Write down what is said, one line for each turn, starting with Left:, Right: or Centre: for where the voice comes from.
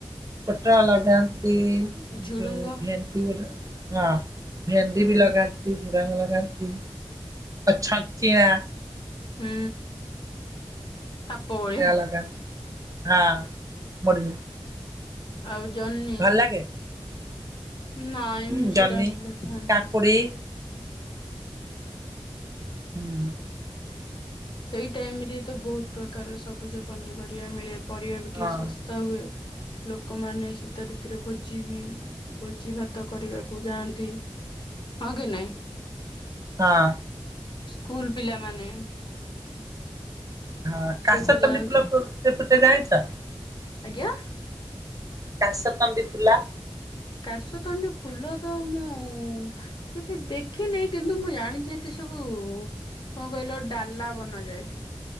Right: ପଟା ଲଗାନ୍ତି
Left: ଝୁଡୁଙ୍ଗ
Right: ଯୋଉ ଭେଣ୍ଟି ଗୋଟେ ହଁ ଭେଣ୍ଡି
Left: ହୁଁ
Right: ବି ଲଗା ଝୁଡ଼ାଙ୍ଗ ଲଗାନ୍ତି ଆଉ ଛଞ୍ଚିଆ
Left: ହୁଁ। ସାପ ଭଳିଆ
Right: ସେଆ ଲଗନ୍ତି ହଁ ମଡ଼ି
Left: ଆଉ ଜହ୍ନି
Right: ଲାଗେ
Left: ନାଇଁ
Right: ହୁଁ
Left: ମୁଁ <unintelligible>
Right: ଜହ୍ନି
Left: ଡାକବଖାନ
Right: କାକୁଡି ହୁଁ
Left: ସେଇ ଟାଇମ ରେ ତ ବହୁତ ପ୍ରକାରର ସବୁଜ ପନିପରିବା ମିଳେ। ପରିବାର ବି
Right: ହଁ
Left: ଟିକେ ଶସ୍ତା ହୁଏ। ଲୋକମାନେ ଶୀତ ଋତୁରେ ଭୋଜି ବି ଭୋଜି ଭାତ କରିବାକୁ ଯାଆନ୍ତି। ହଁ କି ନାଇଁ?
Right: ହଁ।
Left: ସ୍କୁଲ ପିଲାମାନେ
Right: ହଁ କାଶତଣ୍ଡି
Left: ସବୁ ଯାଆନ୍ତି
Right: ଫୁଲ କେବେ ଫୁଟେ ଯାଣିଛ?
Left: ଆଜ୍ଞା।
Right: କାଶତଣ୍ଡି ଫୁଲ
Left: କାଶତଣ୍ଡି ଫୁଲ ତ ମୁଁ କେବେ ଦେଖିନାହିଁ କିନ୍ତୁ ମୁଁ ଜାଣିଛି ଏତେ ସବୁ କଣ କହିଲ ଡାଲା ବନାଯାଏ।